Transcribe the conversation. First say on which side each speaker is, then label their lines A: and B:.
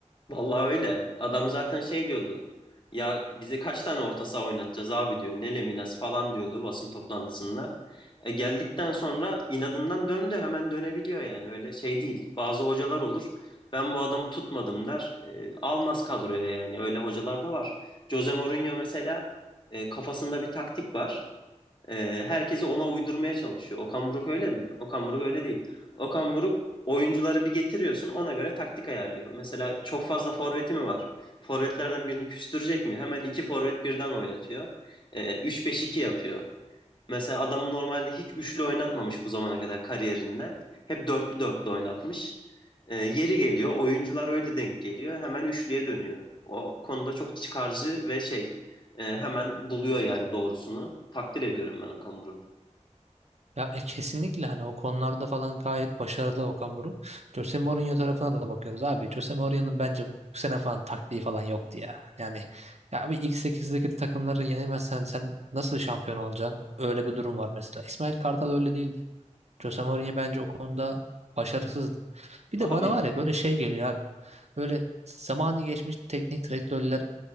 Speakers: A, on the left; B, on the right.
A: Vallahi öyle. Adam zaten şey diyordu. Ya bize kaç tane orta saha oynatacağız abi diyor. Ne Leminas falan diyordu basın toplantısında. E geldikten sonra inadından döndü. Hemen dönebiliyor yani. Öyle şey değil. Bazı hocalar olur. Ben bu adamı tutmadım der. E, almaz kadroya yani. Öyle hocalar da var. Jose Mourinho mesela e, kafasında bir taktik var. Ee, herkesi ona uydurmaya çalışıyor. Okan Buruk öyle mi? Okan Buruk öyle değil. Okan Buruk oyuncuları bir getiriyorsun ona göre taktik ayarlıyor. Mesela çok fazla forveti mi var? Forvetlerden birini küstürecek mi? Hemen iki forvet birden oynatıyor. Ee, 3-5-2 yapıyor. Mesela adam normalde hiç üçlü oynatmamış bu zamana kadar kariyerinde. Hep dörtlü dörtlü oynatmış. Ee, yeri geliyor, oyuncular öyle denk geliyor. Hemen üçlüye dönüyor. O konuda çok çıkarcı ve şey e, hemen buluyor yani doğrusunu. Takdir ediyorum ben Okamuru.
B: Ya e, kesinlikle hani o konularda falan gayet başarılı Okan Buruk. Jose Mourinho tarafına da bakıyoruz abi. Jose Mourinho'nun bence bu sene falan taktiği falan yoktu ya. Yani ya abi ilk 8'deki takımları yenemezsen sen nasıl şampiyon olacaksın? Öyle bir durum var mesela. İsmail Kartal öyle değildi. Jose Mourinho bence o konuda başarısızdı. Bir
A: Abi
B: de bana var ya böyle şey geliyor abi. Böyle zamanı geçmiş teknik direktörler